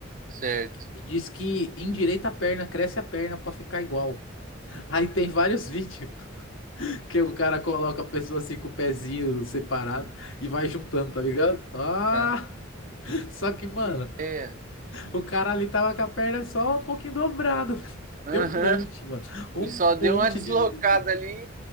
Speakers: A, on the right; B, on the left.
A: Certo.
B: E diz que endireita a perna, cresce a perna pra ficar igual. Aí tem vários <laughs> vídeos que o cara coloca a pessoa assim com o pezinho separado e vai juntando, tá ligado? Ah!
A: Ah,
B: Só que, mano,
A: ideia.
B: o cara ali tava com a perna só um pouquinho dobrada. <laughs>
A: Aham.
B: Tem um monte, mano.
A: Ele
B: Um
A: só deu
B: monte
A: uma deslocada
B: de vídeo assim.
A: ali